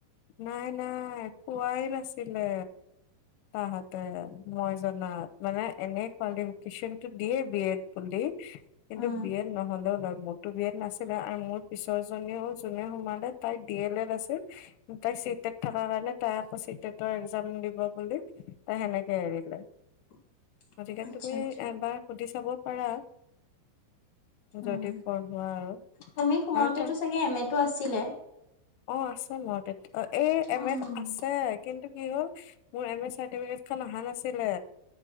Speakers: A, on the left (about 80°); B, on the left (about 50°).
A: নাই- নাই কোৱাই নাছিলে। তাহতে মই জনাত মানে এনে কোৱালিফিকেশচন টো দিয়ে বি এড বুলি। কিন্তু
B: উম
A: বি এড নহ'লেও ল মোৰতো বি এড নাছিলে আৰু মোৰ পিছৰ জনীও যোনে সোমালে তাইৰ ডি এল এড আছিল তাই চি টেট থকা কাৰণে তাই আকৌ চি টেটৰ এক্জাম দিব বুলি তাই সেনেকে এৰিলে।
B: <inaudible>
A: গতিকে
B: আচ্ছা
A: তুমি
B: আচ্ছা
A: এবাৰ সুধি চাব পাৰা।
B: উম
A: যদি বঢ়োৱা আৰু
B: তুমি সোমাওতেতো
A: হ তাই
B: চাগে এম এ টো আছিলে
A: অ আছে মোৰ তে অ এই এম
B: উম
A: এ আছে কিন্তু। কি হ'ল মোৰ এম এ চাৰ্টিফিকেটখন অহা নাছিলে